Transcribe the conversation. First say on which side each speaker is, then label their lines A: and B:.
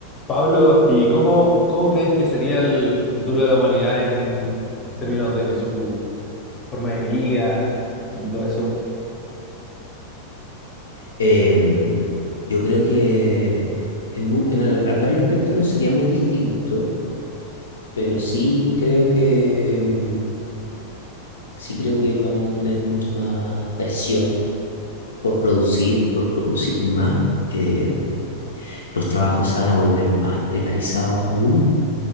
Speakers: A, on the left (about 25°); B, on the left (about 70°).
A: Pablo, ¿y cómo, cómo crees que sería el, el futuro de la humanidad en, en términos de su forma de vida y todo eso?
B: Em, yo creo que en, mu- en al- en varios aspectos no sería muy distinto, pero sí creo que em, sí creo que vamos a tener mucha más presión por producir, por producir más. Em, los trabajos se van a volver más precarizados aún.